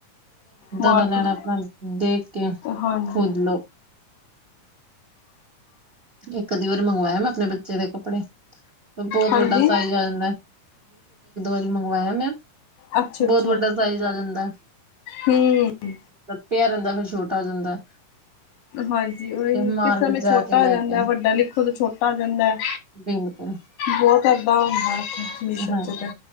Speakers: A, on the left; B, on the right.
A: ਮਾਰਕੀਟ
B: ਦਾ ਲੈਣ ਆਪਣਾ ਦੇਖ ਕੇ
A: ਹਾਂਜੀ
B: ਖੁਦ ਇੱਕ ਦੀ ਵਰ ਮੰਗਵਾਇਆ ਮਤਲਬ ਬੱਚੇ ਦੇ ਕੱਪੜੇ ਤੁਹਾਡਾ
A: ਹਾਂਜੀ
B: ਸਾਈਜ਼ ਆ ਜਾਂਦਾ ਆਇਆ ਮੈਂ
A: ਅੱਛਾ ਅੱਛਾ
B: ਬਹੁਤ ਵੱਡਾ ਸਾਈਜ਼ ਆ ਜਾਂਦਾ
A: ਹਮ
B: ਪਿਆਰਾ ਦਾ ਛੋਟਾ ਹੋ ਜਾਂਦਾ
A: ਹਾਂਜੀ ਉਹੀ
B: ਮਾਰਗ
A: ਕਿਸ ਸਮੇਂ ਛੋਟਾ
B: ਜਾ ਕੇ ਲੈ
A: ਜਾਂਦਾ
B: ਕੇ ਆ
A: ਵੱਡਾ ਲਿਖੋ ਤਾਂ ਛੋਟਾ ਆ ਜਾਂਦਾ ਹੈ
B: ਬਿਲਕੁਲ
A: ਬਹੁਤ ਏਦਾਂ ਹੁੰਦਾ ਮੀਸ਼ੋ
B: ਹਾਂਜੀ,
A: ਚ ਤਾਂ